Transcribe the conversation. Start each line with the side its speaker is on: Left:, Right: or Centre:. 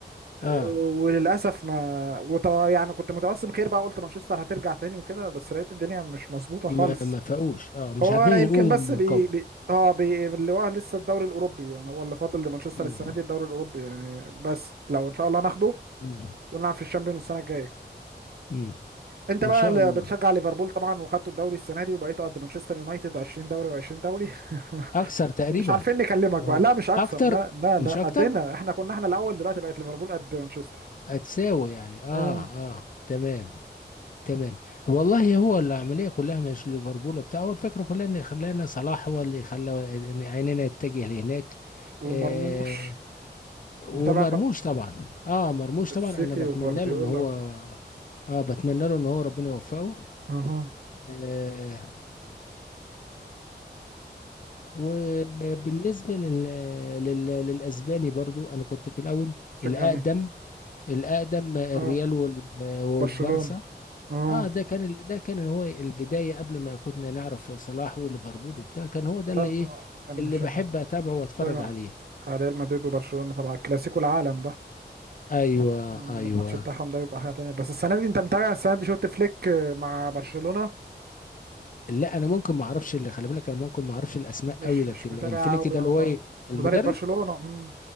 Right: أه،
Left: اه
Right: وللاسف ما وط... يعني كنت متوسم خير بقى قلت مانشستر هترجع تاني وكده بس لقيت الدنيا مش مظبوطه خالص
Left: ما ما فاقوش اه مش
Right: هو
Left: عارفين
Right: يمكن
Left: يقوموا
Right: بس
Left: من
Right: بي,
Left: القبر
Right: بي اه بي اللي هو لسه الدوري الاوروبي يعني هو اللي فاضل لمانشستر
Left: مم.
Right: السنه دي الدوري الاوروبي يعني بس لو ان شاء الله ناخده
Left: مم.
Right: ونلعب في الشامبيون السنه الجايه
Left: مم.
Right: انت
Left: ان
Right: بقى
Left: شاء
Right: اللي
Left: الله
Right: بتشجع ليفربول طبعا وخدتوا الدوري السنه دي وبقيتوا قد مانشستر يونايتد 20 دوري و20 دوري
Left: اكثر
Right: <laughs>
Left: تقريبا
Right: ومش عارفين نكلمك
Left: ولا
Right: بقى لا مش اكثر
Left: اكتر
Right: لا لا لا
Left: مش اكتر
Right: قدنا احنا كنا احنا الاول دلوقتي بقت ليفربول قد مانشستر
Left: هتساوي يعني اه
Right: امم
Left: اه تمام تمام والله هو العمليه كلها مش ليفربول بتاع هو الفكره كلها ان خلانا صلاح هو اللي خلى إن عيننا يتجه لهناك
Right: ومرموش
Left: آه ومرموش
Right: متابع مرموش
Left: طبعا اه مرموش
Right: السيتي
Left: طبعا انا بتمنى
Right: وجوارديولا
Left: له ان هو اه بتمنى له ان هو ربنا يوفقه
Right: اها
Left: آه وبالنسبة لل... لل... للأسباني برضو أنا كنت في الأول
Right: شجع
Left: الأقدم
Right: مين
Left: الأقدم الريال
Right: اه
Left: وال... والبارسا
Right: برشلونه اه
Left: اه ده كان ال... ده كان هو البداية قبل ما كنا نعرف صلاح وليفربول وبتاع كان هو ده
Right: اه
Left: اللي إيه
Right: طبعا كان مشجع
Left: اللي بحب أتابعه وأتفرج
Right: بتفرج
Left: عليه
Right: على ريال مدريد وبرشلونة طبعا الكلاسيكو العالم ده
Left: أيوه
Right: مم،
Left: أيوه
Right: الماتش بتاعهم ده بيبقى حاجة تانية بس السنة دي انت متابع السنة دي شفت فليك آه، مع برشلونة
Left: لا أنا ممكن ما أعرفش اللي خلي بالك أنا ممكن ما أعرفش الأسماء
Right: مش
Left: قوي لكن
Right: مش متابع
Left: الفليك
Right: قوي
Left: ده
Right: اه
Left: اللي هو إيه المدرب
Right: مدرب برشلونة مم.